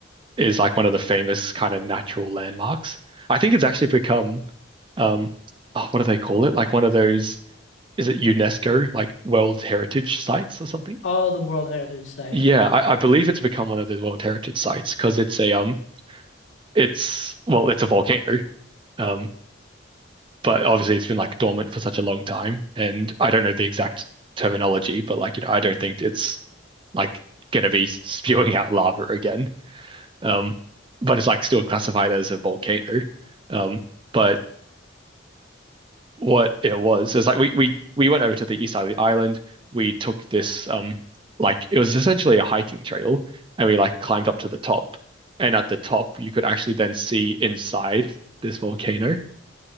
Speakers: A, on the right; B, on the left.
A: is like one of the famous kind of natural landmarks. I think it's actually become um oh, what do they call it? Like one of those is it UNESCO like World Heritage Sites or something?
B: Oh, the World Heritage Site,
A: Yeah,
B: yeah.
A: I, I believe it's become one of the World Heritage sites because it's a um, it's well, it's a volcano. Um, but obviously it's been like dormant for such a long time, and I don't know the exact terminology, but like you know, I don't think it's like gonna be spewing out lava again. Um, but it's like still classified as a volcano. Um, but what it was. is like we we we went over to the east side of the island. We took this um like it was essentially a hiking trail, and we like climbed up to the top. And at the top, you could actually then see inside this volcano.